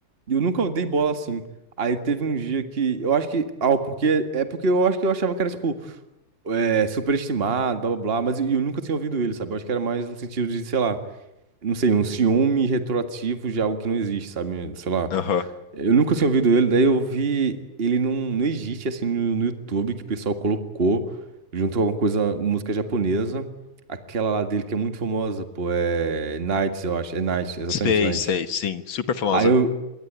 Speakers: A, on the right; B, on the left.
A: E eu nunca dei bola assim. Aí teve um dia que eu acho que, ah, porque é porque eu acho que eu achava que era tipo é, superestimado, blá blá blá, mas eu nunca tinha ouvido ele, sabe? Eu acho que era mais um sentido de, sei lá, não sei, um ciúme retroativo de algo que não existe, sabe? Sei lá.
B: Aham.
A: Eu nunca tinha ouvido ele, daí eu vi ele num, no Egito, assim, no, no YouTube, que o pessoal colocou, junto com alguma coisa, música japonesa. Aquela lá dele que é muito famosa, pô, é Nights, eu acho. É Nights, exatamente,
B: Sei,
A: Nights.
B: sei, sim. Super famosa.
A: Aí eu,